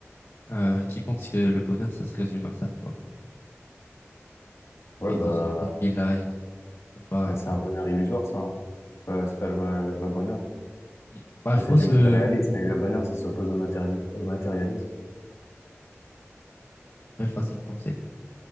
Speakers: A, on the left; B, on the left.
A: euh, qui pensent que le bonheur, ça se résume à ça, tu vois.
B: Ouais,
A: Vivre
B: bah,
A: dans une grande villa et tout, grosse baraque.
B: mais c'est un bonheur illusoire, ça. hein. C'est pas, c'est pas le vrai, le vrai bonheur.
A: Mm. Bah,
B: Ça,
A: je
B: c'est
A: pense
B: du matérialisme.
A: que,
B: Et le bonheur, ça s'oppose au matéri- au matérialisme.
A: belle façon de penser.